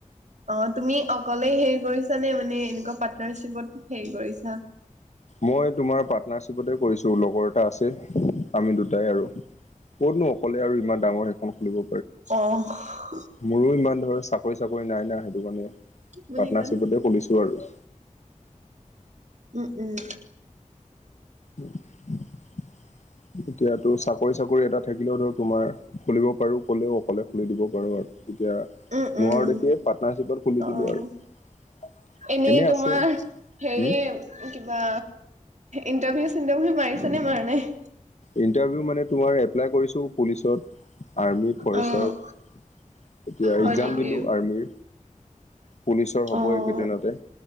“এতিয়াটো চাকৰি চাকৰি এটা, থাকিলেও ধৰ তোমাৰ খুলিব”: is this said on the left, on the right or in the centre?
Left